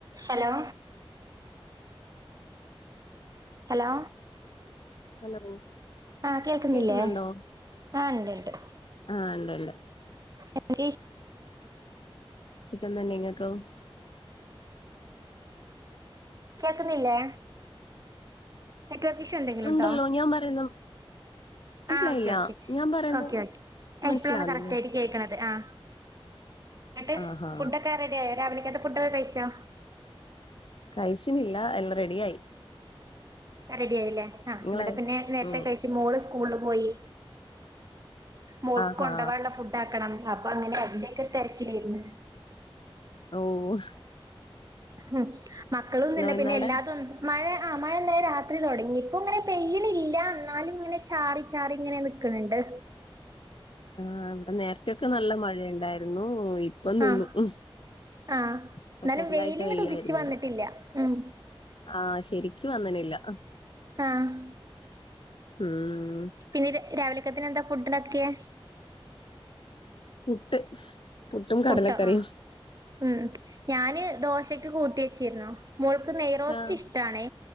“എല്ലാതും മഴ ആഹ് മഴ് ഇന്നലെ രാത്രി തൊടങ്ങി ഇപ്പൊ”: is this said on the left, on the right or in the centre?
Right